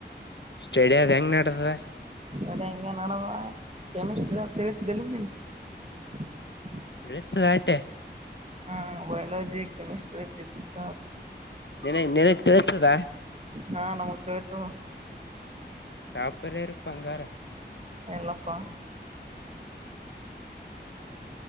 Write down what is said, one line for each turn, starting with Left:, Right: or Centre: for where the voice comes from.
Left: ಸ್ಟೇಡಿಯದ್ ಹೆಂಗ್ ನಡಿತದೆ
Right: ಅದ್ ಇಂಗೆ ನಡೆದ ಕೆಮಿಸ್ಟ್ರಿ ತಿಳಿತ ದಿಲ್ <inaudible>
Left: ತಿಳತದ್ ಆಯ್ಟೆ
Right: ಹಾ ಬಯೋಲಜಿ, ಕೆಮಿಸ್ಟ್ರಿ, ಫಿಸಿಕ್ಸು.
Left: ನೀನೀಗ್ ನೀನಗ್ ತಿಳಿತದ?
Right: ಹಾ ನಮಗ್ ತಿಳಿತದ
Left: ಟಾಪರ್ ಯಾರಪ್ಪ ಅಂಗಾರೆ
Right: ಎಲ್ಲಪ್ಪಾ.
Left: <inaudible>